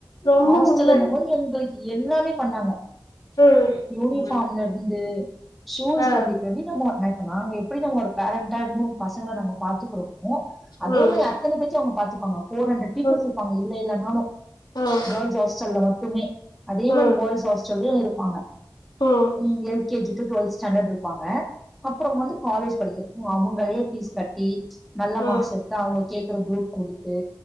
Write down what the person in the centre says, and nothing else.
<unintelligible>
எல்லாமே பண்ணாங்க
யூனிஃபார்ல இருந்து ஷூஸ்ல
இருந்து இது எப்டி நம்ம நெத்து நாங்க எப்டி நம்ம ஒரு பேரண்டா இரு பசங்க நம்ம பாத்துக்குறோமோ அதே
மாரி அத்தனை பேத்தயு அவுங்க பாத்துப்பாங்க ஃபோர் ஹண்ட்ரட் பீப்பிள்ஸ்
இருப்பாங்க இல்ல இல்லனாலு
கேர்ள்ஸ் ஹாஸ்டல்ல மட்டுமே இதே
மாரி பாய்ஸ் ஹாஸ்டல்லயு இருப்பாங்க
அ L K G to twelfth standard இருப்பாங்க அப்றோ வந்து காலேஜ் படிக்கிறதுக்கு அவுங்களே ஃபீஸ் கட்டி நல்ல
மார்க்ஸ் எத்தா அவங்க கேக்குற குரூப் குடுத்து